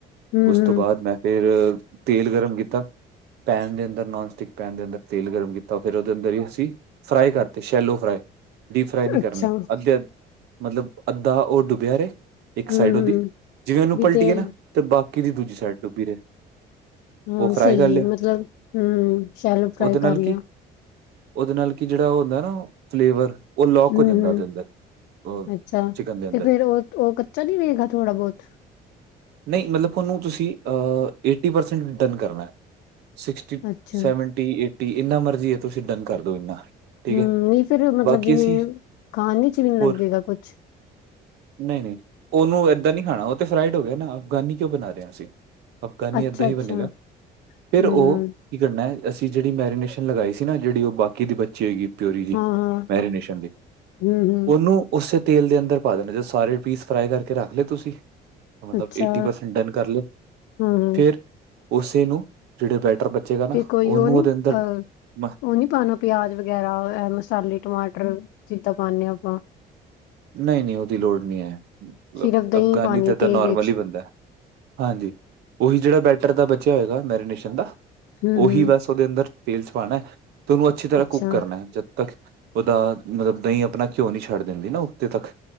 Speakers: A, on the left (about 90°); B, on the right (about 75°).
A: ਹੂੰ-ਹੂੰ
B: ਉਸ ਤੋਂ ਬਾਅਦ ਮੈਂ ਫੇਰ ਤੇਲ ਗਰਮ ਕੀਤਾ ਪੈਨ ਦੇ ਅੰਦਰ, ਨੋਨ ਸਟਿਕ ਪੈਨ ਦੇ ਅੰਦਰ, ਤੇਲ ਗਰਮ ਕੀਤਾ ਫਿਰ ਉਹਦੇ ਅੰਦਰ ਹੀ ਸੀਂ ਫਰਾਈ ਕਰਤੇ, ਸ਼ੈਲੋ ਫਰਾਏ ਡੀਪ ਫਰਾਈ ਨਹੀਂ
A: ਅੱਛਾ
B: ਕਰਨੀ, ਅੱਧੇ, ਮਤਲਬ ਅੱਧਾ ਉਹ ਡੁੱਬਿਆ ਰਹੇ ਇੱਕ
A: ਹੂੰ-ਹੂੰ
B: ਸਾਈਡ ਉਹਦੀ, ਜਿਵੇਂ ਉਹਨੂੰ
A: ਵੀ
B: ਪਲਟੀਏ
A: ਤੇਲ
B: ਨਾ, ਤੇ ਬਾਕੀ ਦੀ ਦੂਜੀ ਸਾਈਡ ਡੁੱਬੀ ਰਹੇ
A: ਹਮ,
B: ਉਹ ਫਰਾਈ
A: ਸਹੀ
B: ਕਰ ਲਿਆ
A: ਏ ਮਤਲਬ ਹਮ ਸ਼ੈਲੋ ਫਰਾਈ
B: ਉਹਦੇ ਨਾਲ
A: ਕਰ ਲਿਆ
B: ਕੀ ਉਹਦੇ ਨਾਲ ਕੀ ਜੇੜਾ ਉਹ ਹੁੰਦਾ ਨਾ, ਫਲੇਵਰ ਉਹ ਲੋਕ
A: ਹਮ-
B: ਹੋ ਜਾਂਦਾ
A: ਹਮ,
B: ਉਹਦੇ ਅੰਦਰ
A: ਅੱਛਾ
B: ਚਿਕਨ ਦੇ ਅੰਦਰ
A: ਤੇ ਫੇਰ ਉਹ, ਉਹ ਕੱਚਾ ਨੀ ਰੇਗਾ ਥੋੜਾ ਬਹੁਤ
B: ਨਹੀਂ ਮਤਲਬ ਉਹਨੂੰ ਤੁਸੀਂ, ਅ ਏਟੀ ਪਰਸੈਂਟ ਡਨ ਕਰਨਾ, ਸਿਕਸਟੀ
A: ਅੱਛਾ
B: ਸੈਵਨ ਏਟੀ, ਏਟੀ ਇੰਨਾ ਮਰਜ਼ੀ ਤੁਸੀਂ ਡਨ ਕਰਦੋ ਇੰਨਾ ਠੀਕ
A: ਹਮ
B: ਹੈ
A: ਨਹੀਂ ਫੇਰ ਮਤਲਬ
B: ਬਾਕੀ
A: ਜਿਵੇਂ,
B: ਅਸੀਂ
A: ਖਾਣ 'ਚ ਵੀ ਨੀ ਲੱਗੇਗਾ
B: ਹੋਰ
A: ਕੁਛ
B: ਨਹੀਂ- ਨਹੀਂ, ਉਹਨੂੰ ਐਦਾਂ ਨੀ ਖਾਣਾ ਉਹ ਤੇ ਫਰਾਈਡ ਹੋ ਗਏ ਨਾ, ਅਫਗਾਨੀ ਕਿਉਂ ਬਣਾ ਰਹੇ ਹਾਂ ਅਸੀਂ ਅਫਗਾਨੀ
A: ਅੱਛਾ-ਅੱਛਾ,
B: ਐਦਾਂ ਹੀ ਬਣੇਗਾ, ਫੇਰ
A: ਹੂੰ-ਹੂੰ,
B: ਉਹ ਕੀ ਕਰਨਾ ਅਸੀਂ ਜੇੜੀ ਮੈਰੀਨੇਸ਼ਨ ਲਗਾਈ ਸੀ ਨਾ ਜੇੜੀ ਉਹ ਬਾਕੀ ਦੀ ਬੱਚੀ ਹੋਏਗੀ ਪਿਓਰੀ ਦੀ,
A: ਹਾਂ-ਹਾਂ,
B: ਮੈਰੀਨੇਸ਼ਨ ਦੀ,
A: ਹੂੰ-ਹੂੰ,
B: ਉਹਨੂੰ ਉਸੇ ਤੇਲ ਦੇ ਅੰਦਰ ਪਾ ਦੇਣਾ ਜੋ ਸਾਰੇ ਪੀਸ ਫਰਾਈ ਕਰਕੇ ਰੱਖ ਲਏ ਤੁਸੀਂ, ਮਤਲਬ
A: ਅੱਛਾ,
B: ਏਟੀ ਪਰਸੈਂਟ ਡਨ ਕਰ ਲਏ,
A: ਹੂੰ-ਹੂੰ।
B: ਫੇਰ ਉਸੇ ਨੂੰ, ਜਿਹੜੇ ਬੈਟਰ ਬੱਚੇਗਾ ਨਾ
A: ਤੇ ਕੋਈ
B: ਉਹਨੂੰ
A: ਉਹ ਨੀ
B: ਉਹਦੇ ਅੰਦਰ,
A: ਅ
B: ਮ
A: ਉਹ ਨੀ ਪਾਣਾ ਪਿਆਜ ਵਗੈਰਾ, ਅ ਮਸਾਲੇ ਟਮਾਟਰ, ਜਿੱਦਾਂ ਪਾਉਦੇ ਆਂ ਆਪਾਂ
B: ਨਹੀਂ- ਨਹੀਂ ਉਹਦੀ ਲੋੜ ਨਹੀਂ ਹੈ, ਮਤਲਬ
A: ਸਿਰਫ ਦਹੀਂ
B: ਅਫਗਾਨੀ
A: ਪਾਣੀ
B: ਤਾਂ
A: ਏ
B: ਦਾਂ
A: ਤੇਲ
B: ਨੋਰਮਲ
A: ਵਿੱਚ
B: ਹੀ ਬਣਦਾ ਹਾਂਜੀ ਉਹੀ ਜੇੜਾ ਬੈਟਰ ਦਾ ਬਚਿਆ ਹੋਏਗਾ ਮੈਰੀਨੇਸ਼ਨ ਦਾ,
A: ਹੂੰ-ਹੂੰ,
B: ਉਹੀ ਬਸ ਉਹਦੇ ਅੰਦਰ ਤੇਲਸ ਪਾਣਾ, ਤੇ ਉਹਨੂੰ ਅੱਛੀ ਤਰ੍ਹਾਂ
A: ਅੱਛਾ,
B: ਕੁੱਕ ਕਰਨਾ ਜਦ ਤਕ, ਉਹਦਾ ਮਤਲਬ ਦਹੀਂ ਆਪਣਾ ਘਿਓ ਨਹੀਂ ਛੱਡ ਦਿੰਦੀ ਨਾ ਉੱਤੇੇ ਤੱਕ